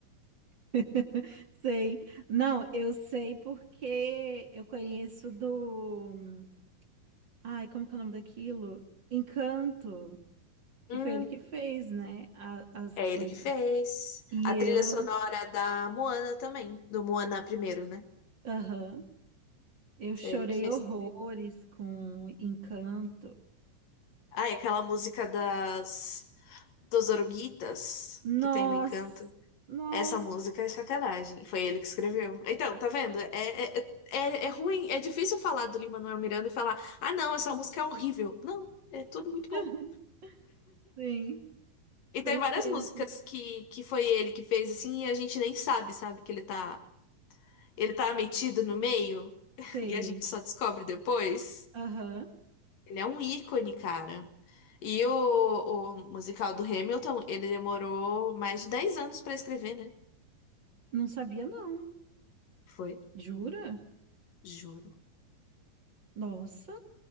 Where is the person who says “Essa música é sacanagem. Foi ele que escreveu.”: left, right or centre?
Left